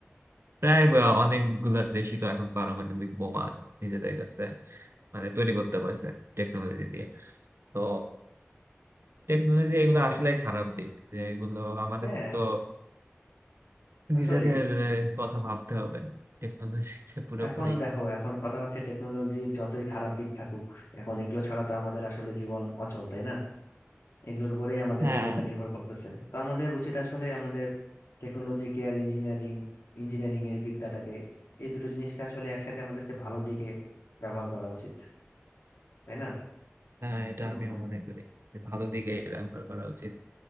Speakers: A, on the right (about 60°); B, on the left (about 85°).
A: প্রায় বা অনেকগুলা দেশই তো এখন পারমাণবিক বোমা নিজেদের কাছে মানে তৈরি করতে পারছে টেকনোলজি দিয়ে তো টেকনোলজি এগুলো
B: ওটাই
A: আসলে খারাপ দিক যে এগুলো আমাদের
B: হ্যাঁ
A: তো
B: আসলেই
A: নিজেদের আহ, কথা ভাবতে হবে টেকনোলজিতে পুরোপুরি
B: এখন দেখো এখন কথা হচ্ছে টেকনোলজির যতই খারাপ দিক থাকুক এখন এগুলো ছাড়া তো আমাদের আসলে জীবন অচল তাই না এগুলোর উপরেই আমাদের
A: হ্যাঁ
B: জীবনটা নির্ভর করতেছে তো আমাদের উচিত আসলে আমাদের টেকনোলজিকে আর ইঞ্জিনিয়ারিং ইঞ্জিনিয়ারিং এর বিদ্যাটাকে এই দুটো জিনিসকে আসলে একসাথে আমাদেরকে ভালো দিকে ব্যবহার করা উচিত তাই না
A: হ্যাঁ এটা
B: কি
A: আমিও
B: মনে হয়
A: মনে করি যে ভালো দিকে ব্যবহার করা উচিত